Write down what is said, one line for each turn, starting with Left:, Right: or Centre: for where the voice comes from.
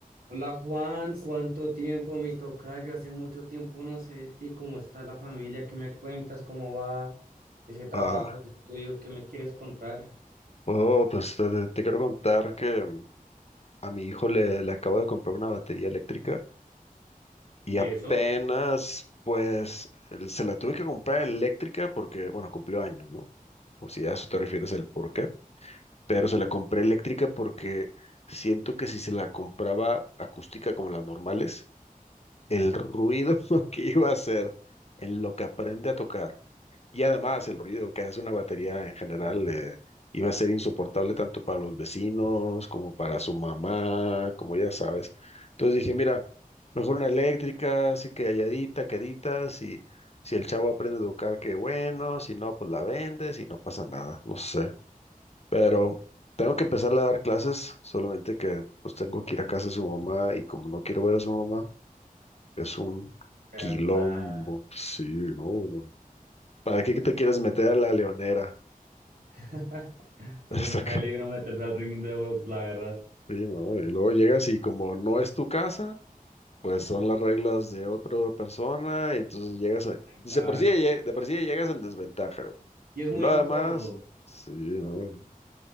Right: Hola Juan, ¿cuánto tiempo mi tocayo? Hace mucho tiempo no sé de ti, ¿cómo está la familia? ¿Qué me cuentas? ¿Cómo va ese trabajo,
Left: Ah,
Right: ese estudio? ¿Qué me quieres contar?
Left: oh, pues te, te- te quiero contar que mm, a mi hijo le, le acabo de comprar una batería eléctrica y
Right: ¿Y
Left: apenas,
Right: eso?
Left: pues, el- se la tuve que comprar eléctrica porque, bueno, cumplió años, ¿no? O si a eso te refieres el por qué, pero se la compré eléctrica porque siento que si se la compraba acústica como las normales, el ruido <laughs> que iba a hacer en lo que aprende a tocar. Y además el ruido que hace una batería en general eh, iba a ser insoportable tanto para los vecinos como para su mamá, como ya sabes. Entonces dije, mira, mejor una eléctrica, así que halladita, quedita, si, si el chavo aprende a tocar, qué bueno, si no, pues la vendes y no pasa nada, no sé. Pero tengo que empezarle a dar clases, solamente que pues tengo que ir a casa de su mamá y como no quiero ver a su mamá, es un
Right: ¿Verdad?
Left: quilombo, sí, no, no. ¿Para qué te quieres meter a la leonera?
Right: <laughs> Eso
Left: <laughs> Está
Right: es un peligro
Left: ca-
Right: meterse al ring de box, la verdad.
Left: Sí, no, y luego llegas y como no es tu casa, pues son las reglas de otra persona, y entonces llegas a...
Right: Exacto.
Left: Dice, por sí, ya lle- de por sí ya llegas en desventaja, güey.
Right: Y es
Left: Y
Right: muy
Left: lo
Right: incómodo.
Left: además, sí, no, güey.